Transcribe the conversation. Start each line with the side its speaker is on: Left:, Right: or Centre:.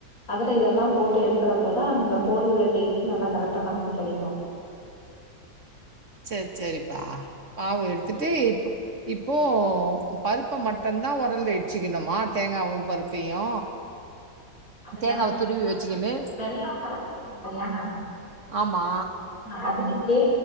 Left: அதல இதெல்லா போட்டு எடுக்கிறப்போதா அந்த போலியுடைய டேஸ்ட் நல்லா கரெக்டா நமக்கு கெடைக்கும்
Right: சேரி சேரிப்பா பாவு எடுத்துட்டு இப்போ இப்போ பருப்ப மட்டுந்தா ஒரல்ல இடுச்சுக்கணுமா தேங்காவு பருப்பையு
Left: அதெல்லா
Right: தேங்காவ துருவி வச்சுக்கின்னு
Left: வெல்லோ கரைச்சிருக்கு இல்லையா
Right: ஆமா
Left: அதுலேயே